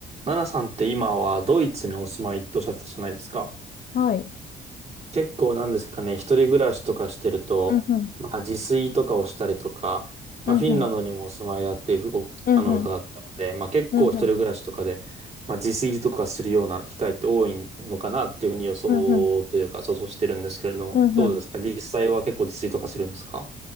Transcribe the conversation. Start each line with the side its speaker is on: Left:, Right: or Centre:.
Right: ナナさんって今はドイツにお住まいっておっしゃってたじゃないですか。
Left: はい。
Right: 結構なんですかね、一人暮らしとかしてると、
Left: うんうん。
Right: まあ自炊とかをしたりとか、まあフィンランドにもお住まいだっていうふうお、
Left: うんうん。うんうん。
Right: あの、伺ったので、まあ結構一人暮らしとかで、
Left: うんうん。
Right: まあ自炊とかするような機会って多いのかなっていうふうに予想というか想像してるんですけれども、
Left: うんうん。うんうん。
Right: どうですか実際は結構自炊とかするんですか